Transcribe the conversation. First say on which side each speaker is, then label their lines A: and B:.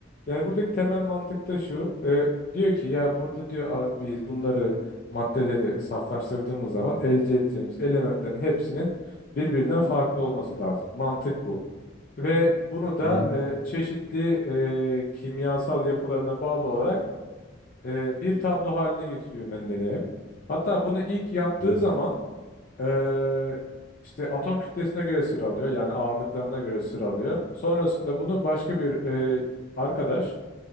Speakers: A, on the left; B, on the left.
A: yani buradaki temel mantık da şu. e, diyor ki ya burada diyor "Abi biz bunları maddeleri saflaştırdığımız zaman elde edeceğimiz elementlerin hepsinin birbirinden farklı olması lazım. Mantık bu. Ve bunu da
B: Hı hı.
A: e, çeşitli e, kimyasal yapılarına bağlı olarak e, bir tablo haline getiriyor Mendeley. Hatta bunu ilk yaptığı
B: Hı.
A: zaman ee, işte atom kütlesine göre sıralıyor. Yani ağırlıklarına göre sıralıyor. Sonrasında bunu başka bir e, arkadaş